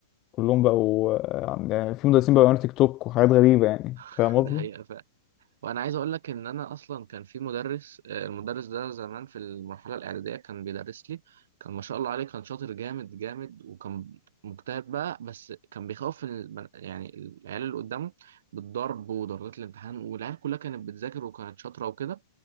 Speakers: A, on the left; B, on the right.
A: وكلهم بقوا آه، عند- يعني في مدرسين بقوا يعملوا تيك توك وحاجات غريبة يعني فاهم
B: <laughs>
A: قصدي؟
B: دي حقيقة وانا عايز اقول لك ان انا اصلا كان في مدرس آه، المدرس ده زمان في المرحله الاعداديه كان بيدرس لي كان ما شاء الله عليه كان شاطر جامد جامد وكان مجتهد بقى بس كان بيخوف البن- يعني العيال اللي قدامه بالضرب وضربات الامتحان والعيال كلها كانت بتذاكر وكانت شاطره وكده